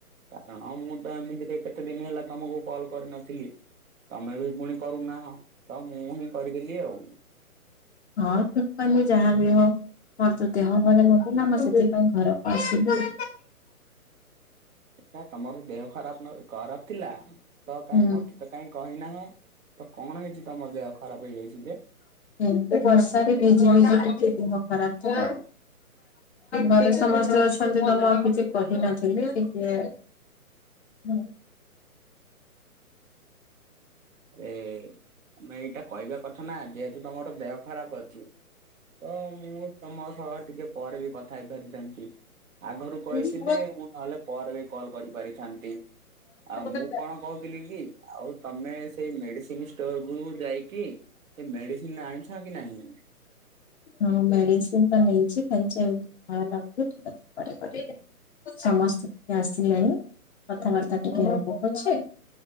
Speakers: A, on the right (about 60°); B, on the left (about 45°).
A: କାରଣ ମୁଁ ତ ଏମିତିରେ କେତେ ଦିନ ହେଲା ତମକୁ କଲ୍ କରିନଥିଲି ତମେ ବି ପୁଣି କରୁନାହଁ ତ ମୁଁ ହିଁ କରିଦେଲି ଆଉ
B: ହଁ ଠିକ୍ କଲି ଯାହାବି ହଉ ମୋର ତୋ ଦେହ ଭଲ ନଥିଲା ମୁଁ ସେଥିପାଇଁ ଘରକୁ ଆସିଲି
A: କାଇଁ ତମର ଦେହ ଖରାପ ନ ଖରାପ ଥିଲା ତ କାଇଁ
B: ହୁଁ
A: ମତେ ତ କାହିଁ କହିନାହଁ। ତ କଣ ହେଇଛି ତମ ଦେହ ଖରାପ ହେଇଯାଇଛି ଯେ?
B: ଏମତି ବର୍ଷା ରେ ଭିଜି ଭିଜି ଟିକେ ଦେହ ଖରାପ ତ ଆଉ। ଘରେ ସମସ୍ତେ ଅଛନ୍ତି ତ ମୁଁ ଆଉ କିଛି କହି ନଥିଲି ଟିକେ ହୁଁ।
A: ଏ ତମେ ଏଇଟା କହିବା କଥା ନା ଯେହେତୁ ତମର ଦେହ ଖରାପ ଅଛି। ତ ମୁଁ ତମ ସହ ଟିକେ ପରେ ବି କଥା ହେଇପାରିଥାନ୍ତି। ଆଗରୁ କହିଥିଲେ
B: ଠିକ
A: ମୁଁ ନହେଲେ ପରେ ବି କଲ୍ କରିପାରିଥାନ୍ତି ଆଉ ମୁଁ
B: ଅଛି।
A: କଣ କହୁଥିଲି କି ଆଉ ତମେ ସେଇ ମେଡିସିନ ଷ୍ଟୋର କୁ ଯାଇକି ସେ ମେଡିସିନ ଆଣିଛ କି ନାହିଁ?
B: ହଁ ମେଡିସିନ ତ ନେଇଛି ଖାଇ <unintelligible> ସମସ୍ତେ ଟିକେ ଆସିଲେଣି କଥାବାର୍ତ୍ତା ଟିକେ ହବପଛେ।